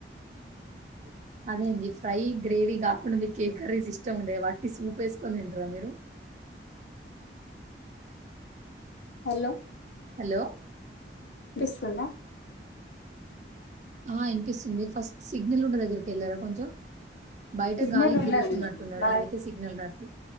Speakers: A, on the right (about 40°); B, on the left (about 70°).
A: <inaudible> అదే అండి ఫ్రై గ్రేవీ కాకుండా మీకు కేక్ కర్రీస్ ఇష్టం ఉండేవి వాట్టి సూప్ వేసుకోనింటారా మీరు <inaudible>
B: హలో
A: హలో
B: వినిపిస్తుందా
A: ఆహ్ వినిపిస్తుంది ఫస్ట్ సిగ్నల్ ఉన్న దగ్గరికి వెళ్ళారా కొంచెం బయట
B: సిగ్నల్
A: గాలికి
B: ఉన్నది
A: తిరుగుతున్నట్టున్నారు
B: బా
A: అందుకే సిగ్నల్ రాట్లేదు